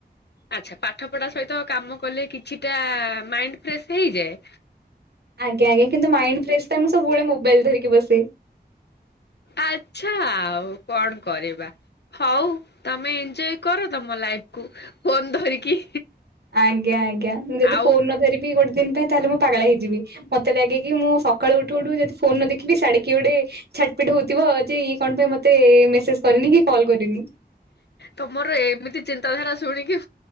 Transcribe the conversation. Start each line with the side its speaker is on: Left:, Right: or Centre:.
Left: ଆଚ୍ଛା ପାଠ ପଢା ସହିତ କାମ କଲେ କିଛିଟା ମାଇଣ୍ଡ ଫ୍ରେଶ୍ ହେଇଯାଏ।
Right: ଆଜ୍ଞାଜ୍ଞା କିନ୍ତୁ ମାଇଣ୍ଡ ଫ୍ରେଶ୍ ଟା ମୁଁ ସବୁବେଳେ ମୋବାଇଲ ଧରିକି ବସେ।
Left: ଆଚ୍ଛା ଆଉ କଣ କରିବା। ହଉ ତମେ ଏନ୍‌ଞୟ କର ତମ ଲାଇଫକୁୁ ଫୋନ ଧରିକି।
Right: ଆଜ୍ଞା ଆଜ୍ଞା ମୁଁ ଯଦି
Left: ଆଉ
Right: ଫୋନ ନ ଧରିବି ଗୋଟେ ଦିନ ପାଇଁ ତାହେଲେ ମୁଁ ପାଗଳା ହେଇଯିବି ମତେ ଲାଗେ କି ମୁଁ ସକାଳୁ ଉଠୁ ଉଠୁ ଯଦି ଫୋନ ନ ଦେଖିାଢିକି ଗୋଟେ ଛାଟପିଟ ହଉଥିବ ଯେ ଇଏ କଣ ପାଇଁ ମତେ ମେସେଜ କରିନି କି କଲ୍ କରିନି।
Left: ତମର ଏମିତି ଚିନ୍ତାଧାରା ଶୁଣିକି